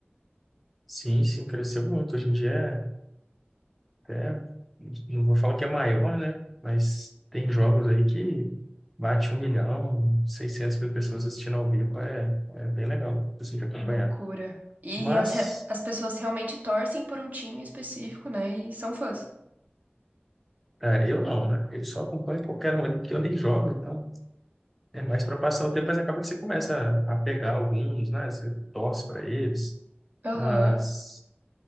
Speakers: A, in the centre; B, on the right.
A: Sim, sim, cresceu muito. Hoje em dia é até, não vou falar que é maior, né? Mas tem jogos aí que bate um milhão, 600 mil pessoas assistindo ao vivo, é, é bem legal, assim, de acompanhar.
B: Que loucura. E
A: Mas
B: as, re- as pessoas realmente torcem por um time específico, né? E são fãs.
A: é, eu não, né? Eu só acompanho qualquer um ali, porque eu nem jogo, então é mais para passar o tempo, mas acaba que você começa a pegar alguns, né? Você torce para eles,
B: Aham.
A: mas